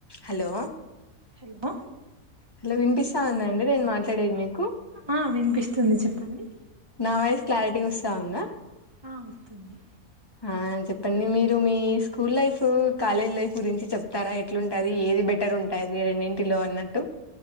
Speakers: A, on the left; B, on the right.
A: Hello
B: hello
A: hello వినిపిస్తా అండి నేను మాట్లాడేది మీకు
B: ఆ వినిపిస్తుంది చెప్పండి
A: నా వయిస్ క్లారిటీ వస్తాందా
B: ఆ వస్తుంది
A: ఆ చెప్పండి మీరు మీ స్కూల్ లైఫ్ కాలేజ్ లైఫ్ గురించి చెప్తారా ఎట్లుంటది ఏది బెటర్ బెటర్ ఉంటాది రెండింటిలో అన్నట్టు